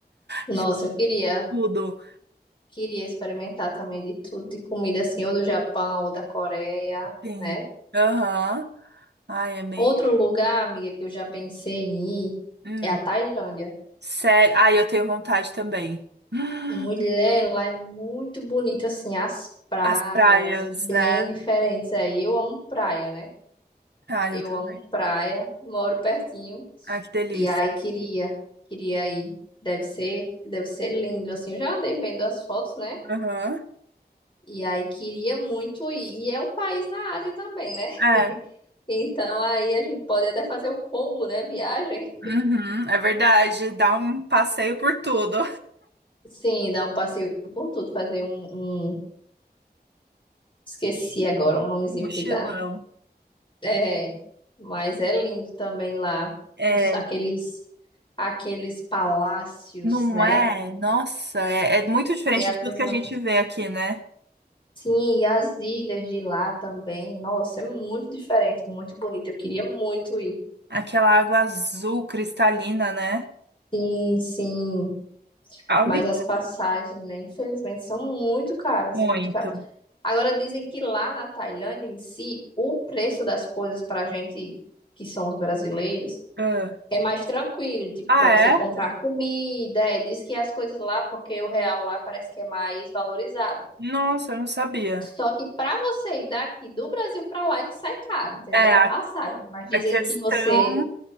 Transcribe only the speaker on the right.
De
tudo.
Sim.
Aham. Ai, é bem.
Hum.
Sério. Ai, eu tenho vontade também. Hum.
As praias,
né?
Ai,
eu também.
Ai, que delícia.
Aham.
É.
Uhum, é verdade, dá um passeio por tudo.
<laughs> Mochilão.
É,
não
é? Nossa, é, é muito diferente
de
tudo que a gente vê aqui, né?
Aquela água azul cristalina, né?
A
única.
Muito.
Ah,
Ah,
é?
Nossa, eu não sabia.
É,
a,
a questão,